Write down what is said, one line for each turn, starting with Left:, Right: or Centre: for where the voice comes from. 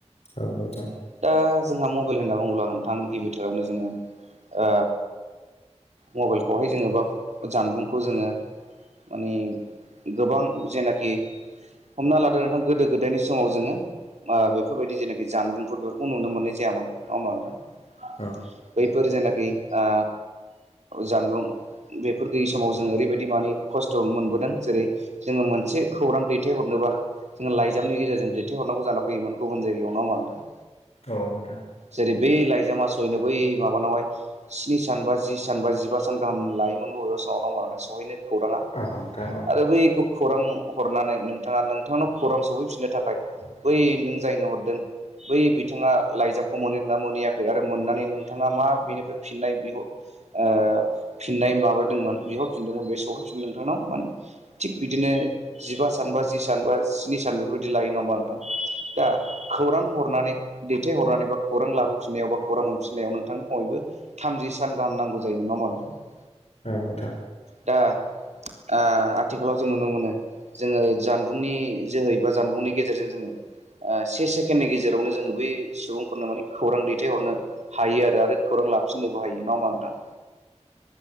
Left: औ नोंथां।
Right: दा जोंहा मबाइल होनना बुङोब्ला नोंथां गिबिथारावनो जोङो ओ मबाइलखौहाय जोङो बा जानबुंखौ जोङो माने गोबां जेनाखि हमना लादो नोंथां गोदो गोदायनि समाव जोङो ओ बेफोरबायदि जेनाखि जानबुंफोर बेफोरखौ नुनो मोननाय जायामोन नङा होमबा नोंथां।
Left: औ
Right: बैफोर जेनाखि आ जानबुं बेफोर गैयि समाव जों ओरैबायदि माने खस्थ' मोनबोदों जेरै जोङो मोनसे खौरां दैथायहरनोबा जोंङो लाइजामनि गेजेरजों दैथायहरनांगौ जाना फैयोमोन गुबुन जायगायाव नंङा होनबा‌ नोथां।
Left: औ नोंथां।
Right: जेरै बै लाइजामा सयनो बै माबानावहाय स्नि सान बा जि सान बा जिबा सान गाहाम लायोमोन बबेबा समाव नङा होनबा नोंथां सहैनो खौराङा।
Left: हमथाङाव <unintelligible>
Right: आरो बे <unintelligible> खौरां हरनानै नोंथाङा नोंथांनाव खौरां सफैफिननो थाखाय बै नों जायनो हरदों बै बिथाङा लाइजामखौ मोनो ना मोनहैयाखै आरो मोननानै नोंथाङा मा बेनिफ्राय फिननाय बिहर ओ फिननाय माबादोंमोन बिहर फिनदोंमोन बे सहैफिनदों नोंथांनाव माने थिग बिदिनो जिबा सान बा जि सान बा स्नि सान बेफोरबायदि लायो नङा होनबा‌ नोंथां। दा खौरां हरनानै दैथायहरनानै बा खौरां लाबोफिननायाव बा खौरां मोनफिननायाव नोंथांनि बयबो थामजि सान गाहाम नांगौ जायोमोन नंङा होनबा
Left: औ‌ नोंथां।
Right: दा ओ‌ आथि आथिखालाव जों नुनो मोनो जोङो जानबुंनि जोहै बा जानबुंनि गेजेरजों जोङो ओ से सेकेणडनि गेजेरावनो जोङो बै सुबुंफोरनो माने खौरां दैथायहरनो हायो आरो आरो खौरां लाफिननोबो हायो नङा होनबा‌ नोंथां।